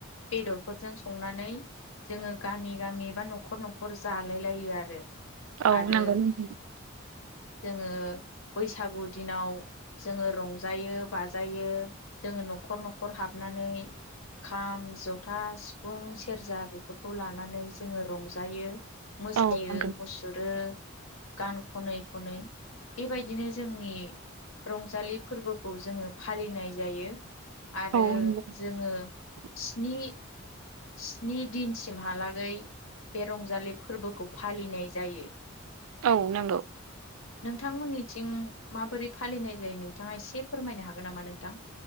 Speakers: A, on the left (about 75°); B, on the right (about 80°).
A: बेदरफोरजों संनानै जोङो गामि गामि बा न'खर न'खर जालाय लायो आरो
B: औ
A: आरो
B: नोंगौ नोंथां
A: जोङो बैसागु दिनाव जोङो रंजायो बाजायो जोङो न'खर न'खर हाबनानै खाम ज'था सिफुं सेरजा बेफोरखौ लानानै जोङो रंजायो मोसायो
B: औ नंगौ
A: मुसुरो गान खनै खनै बेबायदिनो जोंनि रंजालि फोरबोखौ जोङो फालिनाय जायो आरो
B: औ नंगौ
A: जोङो स्नि स्नि दिनसिमहालागै बे रंजालि फोरबोखौ फालिनाय जायो
B: औ नोंगौ
A: नोंथांमोननिथिं माबोरै फालिनाय जायो नोंथाङा एसे फोरमायनो हागोन नामा नोंथां?